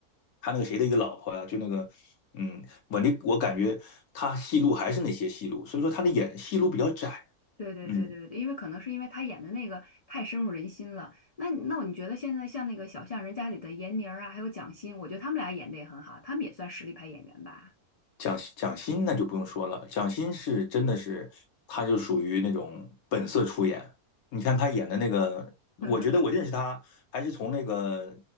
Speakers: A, on the left; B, on the left.
A: 他那个谁的一个老婆啊，就那个嗯，我那我感觉他戏路还是那些戏路，所以说他的演戏路比较窄。
B: 对对对对对，
A: 嗯。
B: 因为可能是因为她演的那个太深入人心了。那那你觉得现在像那个《小巷人家》里的闫妮儿啊，还有蒋欣，我觉得他们俩演的也很好，他们也算实力派演员吧。
A: 蒋蒋欣那就不用说了，蒋欣是真的是，她就属于那种本色出演。你看她演的那个，我觉得我认识她还是从那个
B: <laughs>